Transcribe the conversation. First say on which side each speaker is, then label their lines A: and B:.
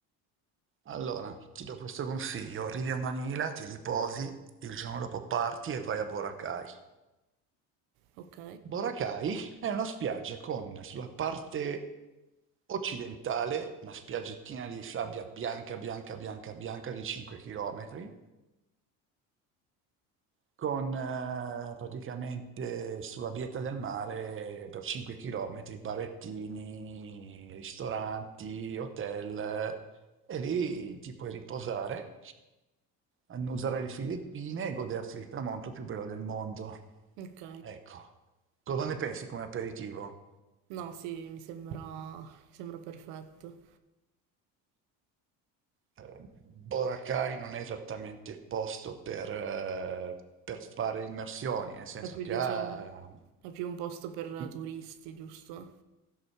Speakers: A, on the right; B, on the right.
A: Allora, ti do questo consiglio. Arrivi a Manila, ti riposi, il giorno dopo parti e vai a Boracay.
B: Ok,
A: Boracay è una spiaggia con sulla parte occidentale una spiaggettina di sabbia bianca, bianca, bianca, bianca di 5 km con eh, praticamente sulla bieta del mare per 5 km, barettini, ristoranti, hotel, eh, e lì ti puoi riposare, annusare le Filippine e goderti il tramonto più bello del mondo.
B: ok.
A: Ecco, cosa ne pensi come aperitivo?
B: No, sì, mi sembra, mi sembra perfetto.
A: Eh, Boracay non è esattamente il posto per, eh, per fare immersioni, nel senso
B: È più,
A: che
B: diciamo,
A: ha
B: è più un posto per
A: di,
B: turisti, giusto?